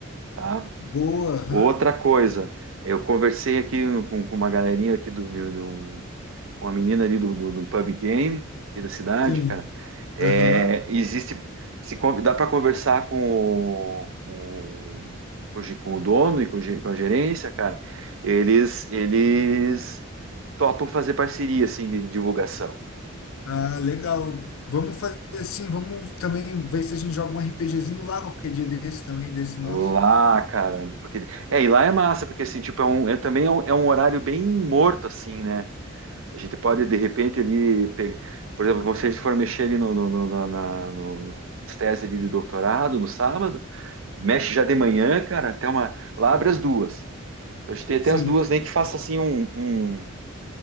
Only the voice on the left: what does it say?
boa. Aham.
Sim.
Aham.
Ah, legal. Vamos fazer assim, vamos também ver se a gente joga um RPGzinho lá qualquer dia desse também, desse nosso.
Sim,